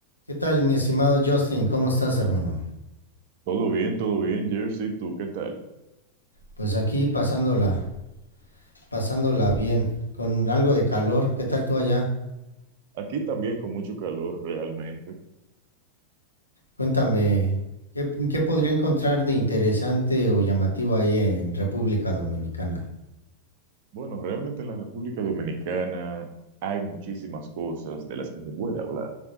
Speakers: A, on the left (about 85°); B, on the right (about 45°).
A: ¿Qué tal, mi estimado Justin? ¿Cómo estás, hermano?
B: Todo bien, todo bien, Jersey, ¿tú qué tal?
A: Pues aquí pasándola, pasándola bien, con algo de calor. ¿Qué tal tú allá?
B: Aquí también con mucho calor realmente.
A: Cuéntame, ¿qué, qué podría encontrar de interesante o llamativo ahí en República Dominicana?
B: Bueno, realmente en la República Dominicana hay muchísimas cosas de las que se puede hablar,